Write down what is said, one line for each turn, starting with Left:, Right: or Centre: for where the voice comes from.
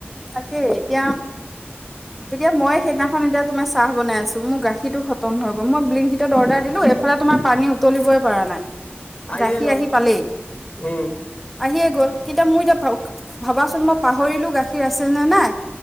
Centre: তাকে এতিয়া এতিয়া মই সেইদিনাখন এতিয়া তোমাৰ চাহ বাইছো মোৰ গাখীৰটো খতম হৈ গ' মই ব্লিংকিটত অৰ্ডাৰ দিলো এইফালে এ তোমাৰ পানী উতলিবই পৰা নাই
Left: আহিয়ে
Centre: গাখীৰ
Left: গ'ল
Centre: আহি পালেই
Left: উম
Centre: আহিয়ে গ'ল কেতিয়া মোৰ এতিয়া ভাবাচোন মই পাহৰিলো গাখীৰ আছে নে নাই